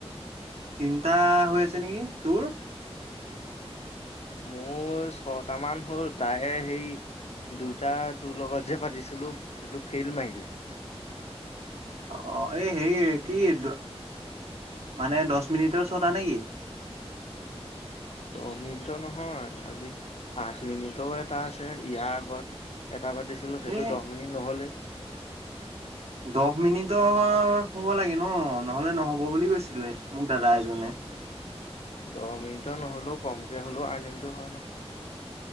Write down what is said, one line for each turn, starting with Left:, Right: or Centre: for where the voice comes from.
Right: তিনিটা হৈ আছে নেকি। তোৰ?
Left: মোৰ ছটামান হ'ল, তাৰে হেৰি দুটা তোৰ লগত যে পাতিছিলোঁ সেইটো ফেইল মাৰিলে।
Right: অ', অ' এই হেৰি কি এ, মানে দহ মিনিটৰ ছটা নেকি?
Left: দহ মিনিটৰ নহয়, আজি আঠ মিনিটৰ এটা আছে, ইয়াৰ আগত এটা পাতিছিলোঁ সেইটো
Right: এই
Left: দহ মিনিট নহ'লেই।
Right: দহ মিনিটৰ হ'ব লাগে ন' নহ'লে নহ'ব বুলি কৈছিলে মোক দাদা এজনে।
Left: দহ মিনিটৰ নহ'লেও কমকে হ'লেও আৰ্নিংটো হয় ন'।